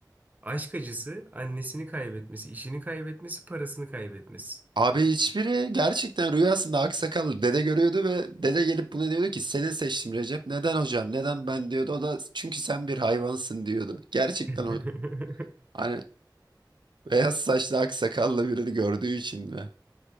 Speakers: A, on the right (about 20°); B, on the right (about 85°).
A: Aşk acısı, annesini kaybetmesi, işini kaybetmesi, parasını kaybetmesi.
B: Abi hiçbiri gerçekten rüyasında aksakallı dede görüyordu ve dede gelip buna diyordu ki seni seçtim Recep. Neden hocam? Neden ben diyordu. O da çünkü sen bir hayvansın diyordu. Gerçekten
A: <laughs>
B: o hani beyaz saçlı aksakallı birini gördüğü için mi?